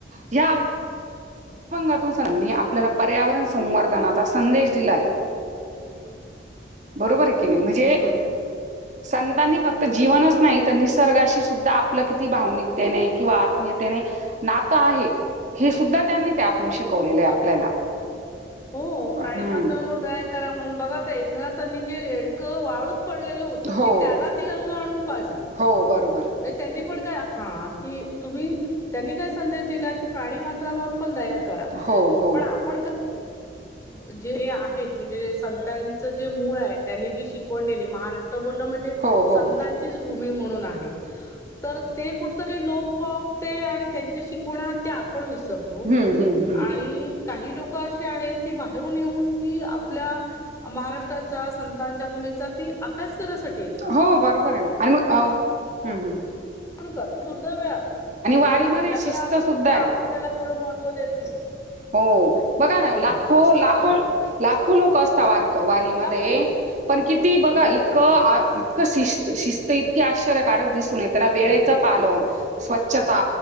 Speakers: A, on the right; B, on the left.
A: या भंगातून संतानी आपल्याला पर्यावरण संवर्धनाचा संदेश दिलाय. बरोबर ए की नाय म्हणजे
B: बरोबर
A: संतांनी फक्त जीवनच नाय तर निसर्गाशी सुद्धा आपलं किती भावनिकतेने किंवा आत्मीयतेने नातं आहे हे सुद्धा त्यांनी त्यातून शिकवलेलं ए आपल्याला.
B: हो प्राणी
A: हम्म
B: मात्रांवर दया करा म्हणून बघा त्या एकनाथांनी जे रेडकं वाळूत पडलेलं होत
A: हो
B: की त्याला ती अगं आणून पाजली.
A: हो बरोबर.
B: म्हणजे त्यांनी पण काय हा की तुम्ही त्यांनी काय संदेश दिला की प्राणी मात्रांवर पण दया करा.
A: हो हो
B: पण आपण जे आहेत म्हणजे संतांच जे मूळ आहे त्यांनी जी शिकवण दिली महाराष्ट्र बोललं म्हणजे
A: हो हो
B: संतांचीच भूमी म्हणून आहे. तर ते कुठेतरी लोप पावते आणि त्यांची शिकवना ते आपण विसर तो.
A: हं, हं, हं.
B: आणि काही लोक अशे आहेत की बाहेरून येऊन ती आपल्या महाराष्ट्राचा संतांच्या भूमीचा ती अभ्यास करायसा
A: हो बरोबर आहे ना आणि मग उम हम हम
B: ण कर दुर्दैव आपलं कि
A: वारीमध्ये
B: ते आपल्याकडे
A: शिस्त
B: असून
A: सुद्धा
B: पण
A: आहे.
B: आपण त्याला तेवढं महत्त्व देत नाही.
A: हो बघा ना
B: हो
A: लाखो
B: हो शिस्त
A: लाखो
B: आहेच
A: लाखो लोक असतात वार क वारीमध्ये.
B: लाखो लोक
A: पण
B: बरो
A: किती बघा
B: बरोबर
A: इतकं
B: आहे हो
A: आ शिस्त शिस्त इतकी आश्चर्यकारक दिसून येते ना वेळेचं
B: बरोबर
A: पालन स्वच्छता